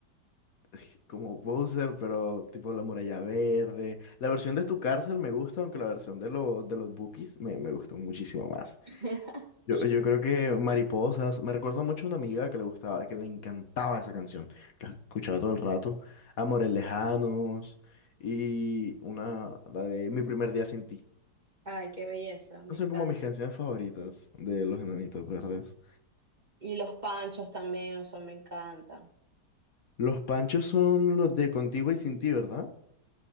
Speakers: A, on the left; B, on the right.
A: <laughs> como poser, pero tipo la muralla verde. La versión de tu cárcel me gusta, aunque la versión de, lo- de los Bookies me, me gustó muchísimo más.
B: <laughs>
A: Yo, yo creo que Mariposas, me recuerda mucho a una amiga que le gustaba, que le encantaba esa canción, la escuchaba todo el rato. Amores Lejanos y una, la de Mi primer día sin ti.
B: Ay, qué belleza, me
A: Son
B: encanta.
A: como mis canciones favoritas de Los Enanitos Verdes.
B: Y los panchos también, o sea, me encantan.
A: Los panchos son los de contigo y sin ti, ¿verdad?